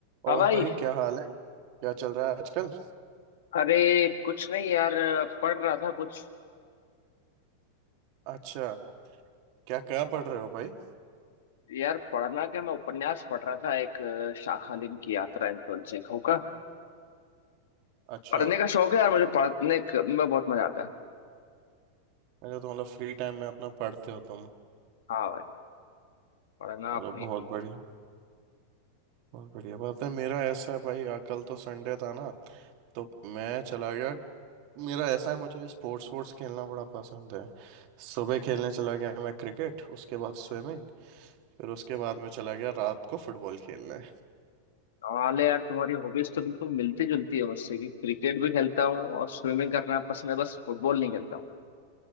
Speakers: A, on the right; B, on the left.
A: और
B: हाँ भाई
A: भाई क्या हाल है क्या चल रहा है आजकल
B: अरे कुछ नहीं यार पढ़ रहा था कुछ
A: अच्छा क्या क्या पढ़ रहे हो भाई
B: यार पढ़ना क्या मैं उपन्यास पढ़ रहा था एक अ, शाखालिन की यात्रा एंटोन चेखव का
A: अच्छा
B: पढ़ने का शौक है यार मुझे पढ़ने क- में बहुत मजा आता है
A: मैंने तो मतलब फ्री टाइम में अपना पढ़ते हो तुम
B: हाँ भाई पढ़ना
A: चलो
B: अपनी
A: बहुत बढ़िया बहुत बढ़िया बात है मेरा ऐसा है भाई आ, कल तो संडे था ना तो मैं चला गया मेरा ऐसा है मुझे स्पोर्ट्स स्पोर्ट्स खेलना बड़ा पसंद है सुबह खेलने चला गया मैं क्रिकेट उसके बाद स्विमिंग फिर उसके बाद मैं चला गया रात को फुटबॉल खेलने
B: हाल है यार तुम्हारी हॉबीज तो बिल्कुल मिलती जुलती है मुझसे कि क्रिकेट भी खेलता हूँ और स्विमिंग करना पसंद है बस फुटबॉल नहीं खेलता हूँ